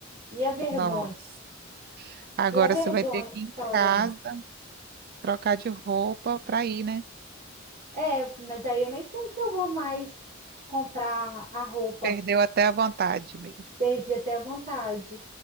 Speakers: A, on the right (about 35°); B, on the right (about 50°).
A: E a vergonha?
B: Nossa, agora
A: E a vergonha
B: você vai ter que
A: de
B: ir em
A: ficar olhando.
B: casa, trocar de roupa para ir, né?
A: É, mas aí eu nem sei se eu vou mais comprar a roupa.
B: Perdeu até a
A: Ah,
B: vontade, amiga.
A: perdi até a vontade.